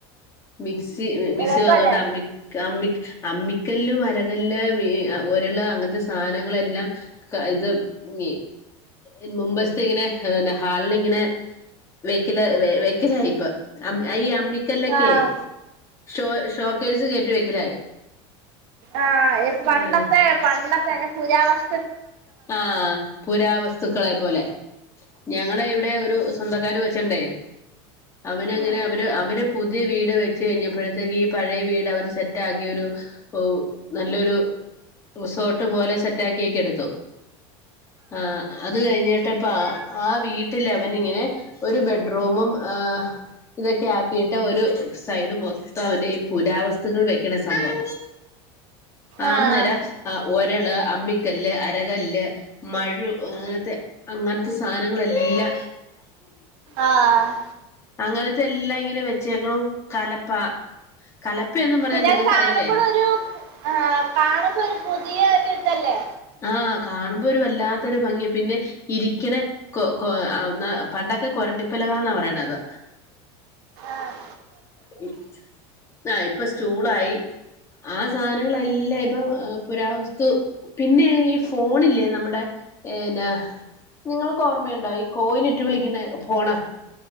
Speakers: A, on the left (about 20°); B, on the right (about 65°).
A: മിക്സി മിസ്
B: എളുപ്പല്ലേ
A: വന്നൊണ്ട് അമ്മി കഅമ്മി അമ്മിക്കല്ലും അരകല്ല് വേ ഒരള് അങ്ങനത്തെ സാധനങ്ങളെല്ലാം ക ഇത് ങ്ങി ഇ മുമ്പസ്ത്തിങ്ങനെ ഹാൾളിങ്ങനെ വെക്കില വെക്കിലായിപ്പം അമ്മ് ഈ അമ്മി ക്കാല്ലോക്കേ
B: ആഹ്
A: ഷോ ഷോക്കേയ്സ് കേറ്റി വെക്കലായി,
B: ആഹ്‌ ഇ പണ്ടത്തെ
A: ഉം
B: പണ്ടത്തെന ഇ പുരാവസ്
A: ആഹ് പുരാവസ്തുക്കളെ പോലെ ഞങ്ങള ഇവിടെ ഒരു സ്വന്തക്കാര് വെച്ചണ്ടേ. അവനങ്ങനെ
B: ഉം
A: അവര് അവര് പുതിയ വീട് വെച്ച് കഴിഞ്ഞപ്പോഴത്തേക്ക് ഈ പഴയ വീട് അവൻ സെറ്റ ആക്കി ഒരു ഓ നല്ലൊരു റിസോട്ട് പോലെ സെറ്റാ ക്കിയൊക്കെ എടുത്തു ആഹ് അത് കഴിഞ്ഞിട്ട് ഇപ്പ അ ആ വീട്ടിൽ അവൻ ഇങ്ങനെ ഒരു ബെഡ്റൂമും ആഹ്‌. ഇതൊക്കെ ആക്കിയിട്ട് ഒരു സൈഡ് മൊത്തോ അവന്റെ ഈ പുരാവസ്തുക്കൾ വെക്കണ സംഭവ ആ
B: ആഹ്
A: അന്നേരം ഒരള് അമ്മിക്കല്ല് അര് രകല്ല് മഴു അങ്ങനത്തെ അങ്ങനത്തെ സാനങ്ങളെല്ലാം <inaudible>
B: ആഹ്‌
A: അങ്ങനത്തെല്ലാം ഇങ്ങനെ വെച്ചേക്ക്ണു കലപ്പ കലപ്പയൊന്നും പറഞാ
B: പിന്നെ
A: നിങ്ങൾക്ക്റിയില്ലായിരിക്കും?
B: അത് കാണുമ്പോഴും ഒരു ആഹ് കണമ്പരു പുതിയോരുതല്ലേ
A: ആഹ്‌ കാണുമ്പോരു വല്ലാത്തരു ഭംഗി പിന്നെ ഇരിക്ക്ണേ കൊ കൊ അന്ന് പണ്ടൊക്കെ കൊരണ്ടിപ്പലകാന്നാ പറയണത്.
B: ആഹ്‌.
A: ഹ് ആ ഇപ്പ സ്റ്റൂളായി ആ സാധനങ്ങളെല്ലാ ഇപ്പൊ പുരാവസ്തു പിന്നെ ഈ ഫോണില്ലേ നമ്മുടെ ഏന്ന നിങ്ങൾക്കോർമ്മയുണ്ടോ ഈ കോയിന് ഇട്ട് വിളിക്ക്ണഫോണ്